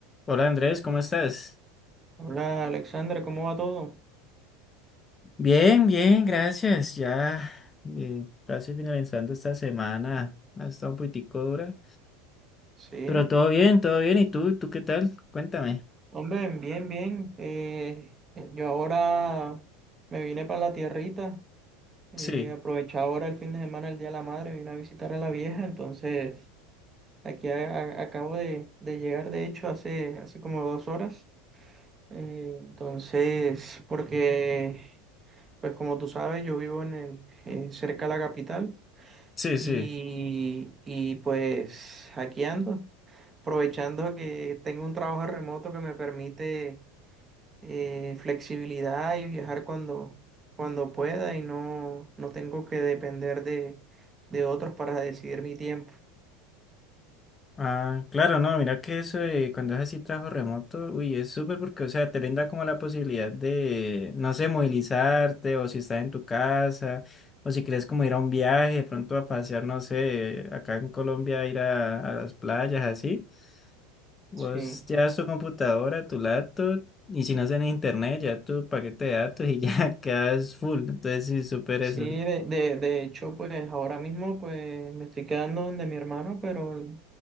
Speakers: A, on the left; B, on the right.
A: Hola Andrés, ¿cómo estás?
B: Hola Alexandra, ¿cómo va todo?
A: Bien, bien, gracias. Ya eh, casi finalizando esta semana. Ha estado un poquitico dura.
B: Sí,
A: Pero todo bien, todo bien. ¿Y tú? ¿Tú qué tal? Cuéntame.
B: hombre, bien, bien. Eh, yo ahora me vine para la tierrita, eh,
A: Sí,
B: aproveché ahora el fin de semana, el Día de la Madre, vine a visitar a la vieja, entonces aquí a- a- acabo de, de llegar, de hecho, hace, hace como dos horas. Eh, entonces, porque, pues como tú sabes, yo vivo en el, eh, cerca de la capital
A: sí, sí.
B: y, y pues aquí ando. aprovechando que tengo un trabajo remoto que me permite eh, flexibilidad y viajar cuando, cuando pueda y no, no tengo que depender de, de otros para decidir mi tiempo.
A: Ah, claro, no, mira que eso de cuando es así trabajo remoto, uy, es súper porque, o sea, te brinda como la posibilidad de, no sé, movilizarte o si estás en tu casa o si quieres como ir a un viaje, de pronto a pasear, no sé, acá en Colombia, ir a, a las playas, así. Vos
B: Sí,
A: llevas tu computadora, tu laptop, y si no es en internet, ya tu paquete de datos y ya <laughs> quedas full. Entonces, sí, súper
B: sí,
A: eso.
B: de, de, de hecho, pues ahora mismo pues me estoy quedando donde mi hermano, pero l-